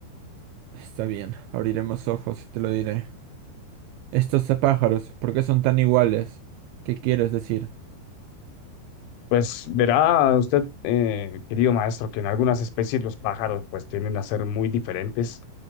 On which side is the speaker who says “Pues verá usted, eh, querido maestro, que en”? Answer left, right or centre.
Left